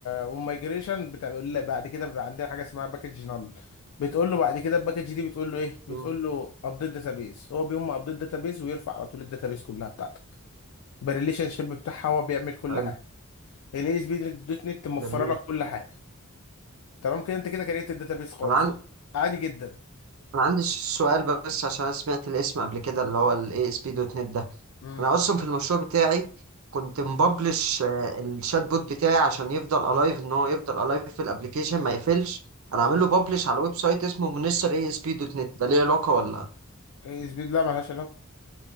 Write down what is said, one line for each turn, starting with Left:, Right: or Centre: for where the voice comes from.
Left: والميجريشن بتقول له بعد كده بيبقى عندنا حاجه اسمها باكج نال بتقول له بعد كده الباكج دي بتقول له ايه بتقول
Right: مم.
Left: له ابديت داتابيس هو بيقوم ابديت داتابيس ويرفع على طول الداتابيس كلها بتاعتك بالريليشن شيب بتاعها هو بيعمل كل
Right: حلو
Left: حاجه الاي اس بي دوت نت موفره
Right: جميل
Left: لك كل حاجه تمام كده انت كده كريت الداتابيس خالص
Right: انا عن...
Left: عادي جدا
Right: انا عندي سؤال بس عشان أنا سمعت الاسم قبل كده اللي هو الاي اس بي دوت نت ده.
Left: امم
Right: انا اصلا في المشروع بتاعي كنت مببلش آه، الشات بوت بتاعي عشان يفضل الايف ان هو يفضل الايف في الابليكيشن ما يقفلش
Left: اه
Right: انا عامل له ببلش على ويب سايت اسمه منستر اي اس بي دوت نت ده ليه علاقه ولا
Left: اي اس بي لا مالهاش علاقه